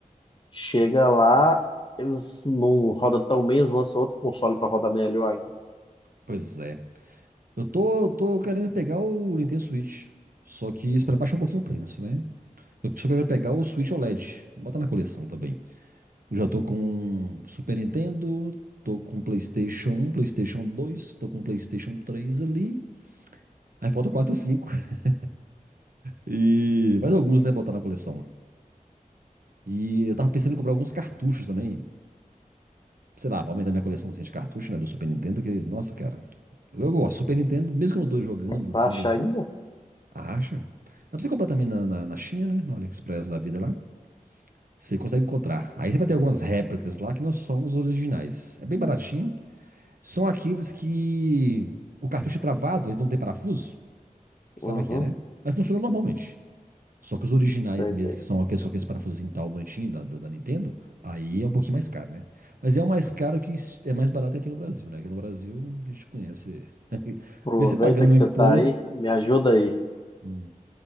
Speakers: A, on the left (about 35°); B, on the right (about 80°).
A: chega lá, eles não rodam tão bem, eles lançam outro console para rodar melhor ainda.
B: Pois é. Eu tô, tô querendo pegar o Nintendo Switch. Só que esperando baixar um pouquinho o preço, né? Eu só quero pegar o Switch OLED. Bota na coleção também. Eu já tô com Super Nintendo, tô com PlayStation 1, PlayStation 2, tô com PlayStation 3 ali. Aí falta 4, cinco <laughs> E mais alguns, né? Botar na coleção. E eu tava pensando em comprar alguns cartuchos também. sei lá, pra aumentar minha coleçãozinha de cartucho, né, do Super Nintendo, que, nossa, cara, eu gosto. Super Nintendo, mesmo que eu não tô jogando
A: Mas acha
B: tanto assim,
A: ainda?
B: acha. Dá pra você comprar também na, na, na China, né, no AliExpress da vida lá, você consegue encontrar. Aí você vai ter algumas réplicas lá que não são os originais. É bem baratinho, são aqueles que o cartucho é travado, eles não tem parafuso, sabe
A: Uhum,
B: o que é, né? Mas funciona normalmente. Só que os originais
A: sei
B: mesmo,
A: bem.
B: que são aqueles com aqueles parafusinhos e tal, bonitinho da, da, da Nintendo, aí é um pouquinho mais caro, né? Mas é o mais caro que é mais barato aqui no Brasil, né? Aqui no Brasil a gente conhece. <laughs> mesmo
A: Aproveita
B: você pagando
A: que
B: o
A: você
B: imposto.
A: tá aí, me ajuda aí.
B: Hum,